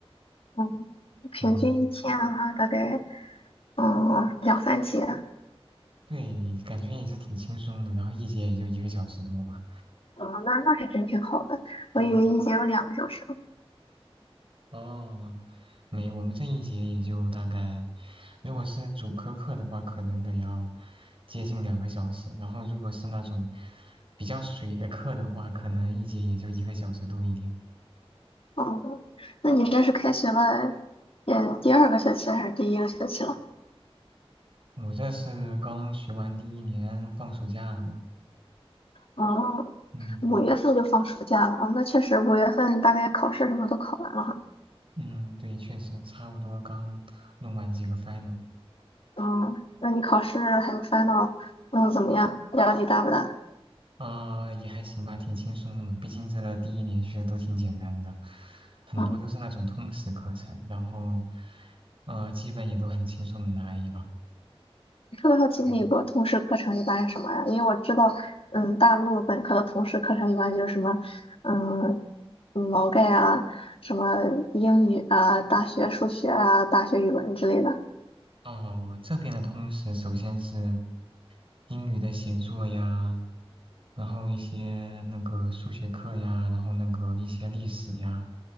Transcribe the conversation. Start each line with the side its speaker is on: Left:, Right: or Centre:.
Left: 嗯，平均一天的话，
Right: 嗯，
Left: 大概嗯两三节。
Right: 对，感觉也是挺轻松的，然后一节也就一个小时多吧，
Left: 哦，那那还真挺好的。我以为一节有两个小时呢。
Right: 嗯。哦，没，我们这一节也就大概，如果是主科课的话，可能得要接近两个小时，然后如果是那种比较水的课的话，可能一节也就一个小时多一点。
Left: 哦，那你这是开学了，也第二个学期还是第一个学期了？
Right: 我这是刚学完第一年放暑假嘛，
Left: 哦，
Right: 嗯
Left: 五月份就放暑假了哦，那确实五月份大概考试什么都考完了哈。
Right: 嗯，对，确实差不多刚弄完几个 final。
Left: 嗯，那你考试还有 final 嗯怎么样？压力大不大？
Right: 啊、也还行吧，挺轻松的嘛。毕竟这第一年学的都挺简单的，很多都是那种通识课程，
Left: 嗯，
Right: 然后，呃，基本也都很轻松的拿一把。
Left: 特别好奇美国通识课程一般是什么呀？
Right: 嗯，
Left: 因为我知道，嗯，大陆本科的通识课程一般就是什么，嗯，毛概啊，什么英语啊，大学数学啊，大学语文之类的。
Right: 哦，这边的通识首先是英语的写作呀，然后一些那个数学课呀，然后那个一些历史呀，